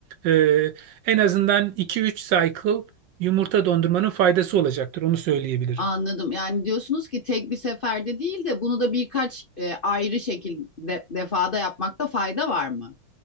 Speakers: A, on the right; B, on the left.
A: e, en azından iki üç cycle yumurta dondurmanın faydası olacaktır. Onu söyleyebilirim.
B: anladım. Yani diyorsunuz ki tek bir seferde değil de bunu da birkaç e, ayrı şekilde defada yapmakta fayda var mı?